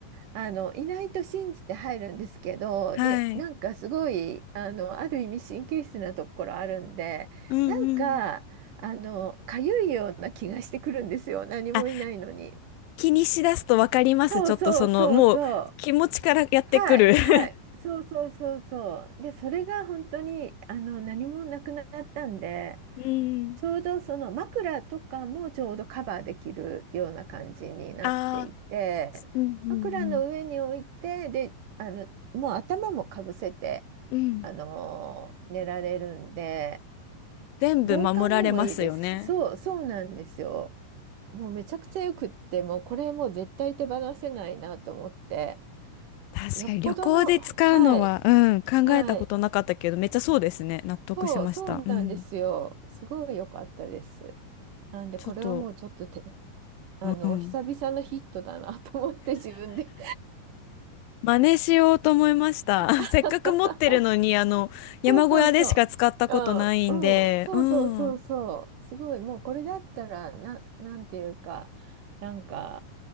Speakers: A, on the right; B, on the left.
A: あの、いないと信じて入るんですけど、
B: <laughs> はい
A: で、なんかすごい、あの、ある意味神経質なところあるんで、
B: うんうん
A: なんか、あの、かゆいような気がしてくるんですよ。何もいないのに。
B: あ気にしだすと分かりますちょっとそのもう気持ちからやってくる
A: そうそうそうそう。はい、はい。
B: <laughs>
A: そうそうそうそう。で、それが本当に、あの、何もなくなったんで、
B: うん。
A: ちょうどその枕とかもちょうどカバーできるような感じになっていて、
B: ああ、うんう
A: 枕の上に置いて、
B: ん
A: で、あの、もう頭もかぶせて、
B: うん。うん
A: あのー寝られるんで、
B: 全部守られますよね。
A: 防寒にもいいですし、そう、そうなんですよ。もうめちゃくちゃよくって、もうこれもう絶対手放せないなと思って、
B: 確かに旅行で使うのは、
A: よっぽどの、はい、
B: うん、考えたことなかったけど、
A: はい、
B: めっちゃそうですね。納得しました。
A: そう、そうなんですよ。
B: うん。
A: すごい良かったです。なんで、
B: ちょっと、
A: これはもうちょっと手、あの、
B: うん。
A: 久々のヒットだなと思って自分で
B: 真似しようと思いました。<laughs>
A: <laughs>
B: せっかく持ってるのに、あの、山小屋でしか使ったことないんで、
A: そうそうそう。うん、うん、そうそうそうそう。
B: うん。
A: すごい、もうこれだったら、な、なんていうか、なんか、